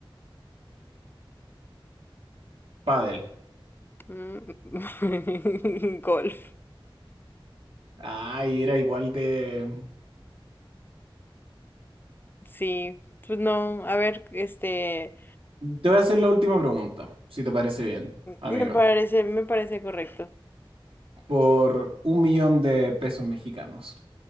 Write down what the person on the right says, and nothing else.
Padel.
Ay, era igual de...
Te voy a hacer la última pregunta, si te parece bien, amigo.
Por un millón de pesos mexicanos.